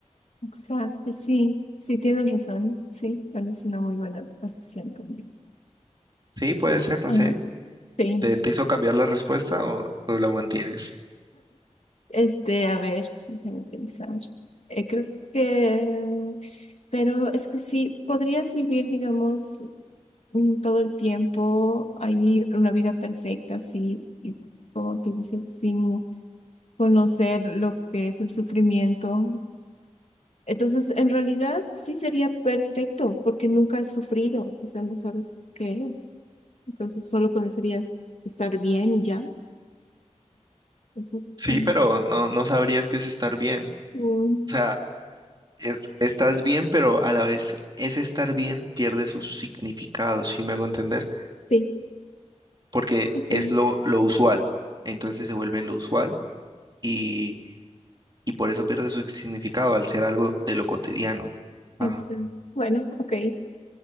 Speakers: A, on the left; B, on the right.
A: exacto, sí. Sí, tienes razón. Sí, bueno, es una muy buena posición también.
B: Sí, puede ser, no
A: Ajá.
B: sé.
A: Sí.
B: ¿Te, te hizo cambiar la respuesta o, o la mantienes?
A: Este, a ver, déjame pensar. Eh, creo que, pero es que sí, podrías vivir, digamos, mm, todo el tiempo ahí una vida perfecta, sí, y como tú dices, sin conocer lo que es el sufrimiento. Entonces, en realidad, sí sería perfecto, porque nunca has sufrido, o sea, no sabes qué es. Entonces, solo conocerías estar bien y ya. Entonces,
B: Sí,
A: mm,
B: pero no, no sabrías qué es estar bien.
A: mm,
B: O sea, es, estás bien, pero a la vez ese estar bien pierde su significado, si me hago entender?
A: sí,
B: Porque
A: sí.
B: es lo, lo usual. Entonces se vuelve lo usual y, y por eso pierde su significado al ser algo de lo cotidiano. Ajá.
A: Excel. Bueno, ok.